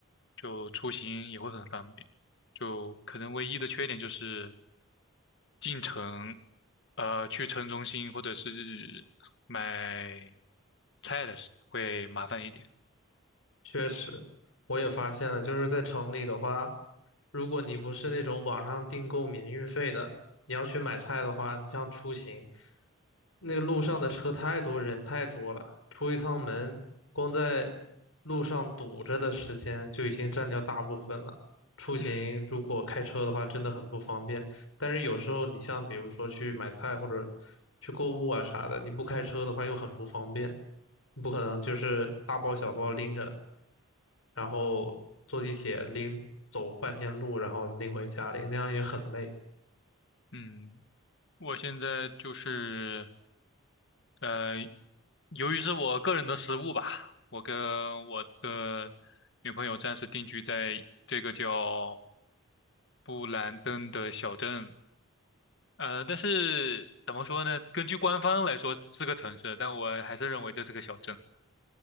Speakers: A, on the left; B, on the left.
A: 就出行也会很方便。就可能唯一的缺点就是进城，呃，去城中心或者是买菜的时会麻烦一点。
B: 确实，我也发现了，就是在城里的话，如果你不是那种网上订购免运费的，你要去买菜的话，你像出行，那个路上的车太多，人太多了，出一趟门，光在路上堵着的时间就已经占掉大部分了。出行如果开车的话，
A: 嗯
B: 真的很不方便。但是有时候你像比如说去买菜或者去购物啊啥的，你不开车的话又很不方便，你不可能就是大包小包拎着，然后坐地铁拎走半天路，然后拎回家里，那样也很累。
A: 嗯，我现在就是呃，由于是我个人的失误吧，我跟我的女朋友暂时定居在这个叫布兰登的小镇，呃，但是怎么说呢？根据官方来说是个城市，但我还是认为这是个小镇。